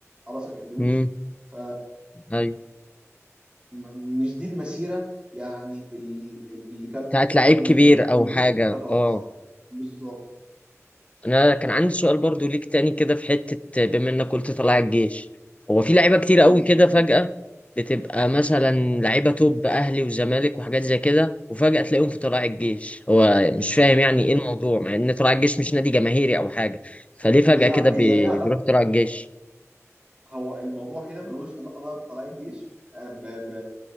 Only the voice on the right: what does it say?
حرس الحدود
ف
م- مش دي المسيره يعني ال- ال- اللي كان
اكتر
المتشائمين
ممكن اتوقعها
بالظبط
م-
لا
هي ليها علاقه
هو الموضوع هنا ملوش علاقه بقى بطلائع الجيش آه، ب... ب...